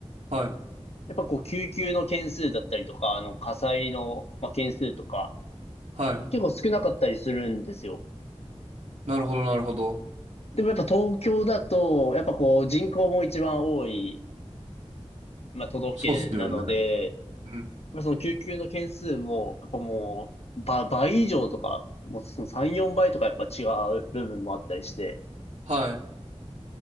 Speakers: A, on the right; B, on the left.
A: はい
B: やっぱこう、救急の件数だったりとか、あの、火災の、まあ、件数とか、
A: はい
B: 結構少なかったりするんですよ。
A: なるほどなるほど
B: でもやっぱ東京だと、やっぱこう、人口も一番多い、まあ、都道府県なので、
A: そうっすよねうん
B: まあ、その救急の件数も、やっぱもう、ば倍以上とか、もうその3、4倍とかやっぱ違う部分もあったりして、
A: はい